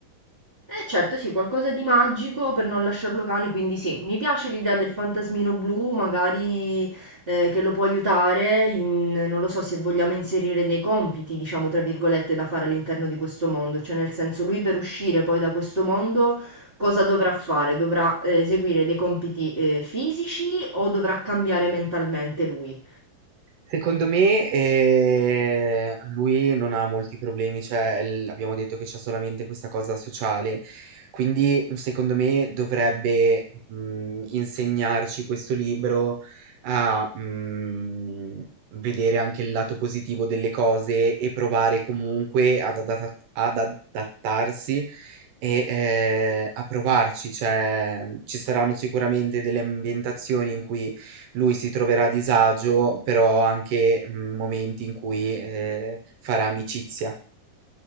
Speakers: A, on the right; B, on the right.
A: Eh certo, sì, qualcosa di magico per non lasciarlo cane, quindi sì, mi piace l'idea del fantasmino blu, magari eh, che lo può aiutare, in- non lo so se vogliamo inserire dei compiti, diciamo, tra virgolette, da fare all'interno di questo mondo, cioè nel senso lui per uscire poi da questo mondo cosa dovrà fare? Dovrà eh, eseguire dei compiti eh, fisici o dovrà cambiare mentalmente lui?
B: Secondo me, ehm, lui non ha molti problemi, cioè l abbiamo detto che c'ha solamente questa cosa sociale, quindi, mhmm, secondo me dovrebbe, mhmm, insegnarci questo libro a, mhmm, vedere anche il lato positivo delle cose e provare comunque ad adatat ad adattarsi e, ehm, a provarci. Cioè, ci saranno sicuramente delle ambientazioni in cui lui si troverà a disagio, però anche mm, momenti in cui eh, farà amicizia.